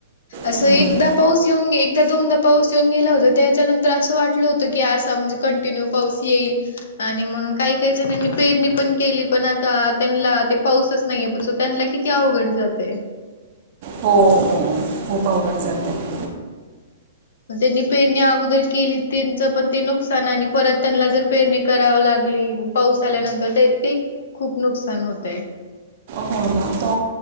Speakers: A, on the left (about 60°); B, on the right (about 35°).
A: असं
B: हम्म.
A: एकदा पाऊस येऊन एकदा दोनदा पाऊस येऊन गेला होता त्याच्यानंतर असं वाटलं होतं की असा म्हणजे कंन्टीन्यू पाऊस येईल आणि म्हणून काय काय जणांनी पेरणी पण केली पण आता त्यांला ते पाऊसच नाहीये त्यांना किती अवघड जातंय
B: हो हो खूप अवघड जातय
A: तेंनी पेरणी अगोदर केली तेंचं पण ते नुकसान आणि परत त्यांला जर पेरणी करावं लागली पाऊस आल्यानंतर ते ते खूप नुकसान होतं
B: हो ना तो